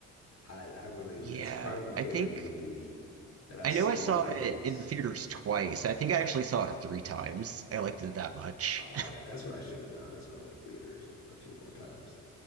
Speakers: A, on the left; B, on the right.
A: I I really
B: yeah,
A: that's probably my
B: I
A: favorite
B: think.
A: movie that I've
B: I
A: seen
B: know I saw
A: in a couple
B: it
A: years.
B: in the theaters twice. I think I actually saw it three times. I liked it that much.
A: Oh,
B: <laughs>
A: that- that's what I should have done is gone to the theaters a few more times.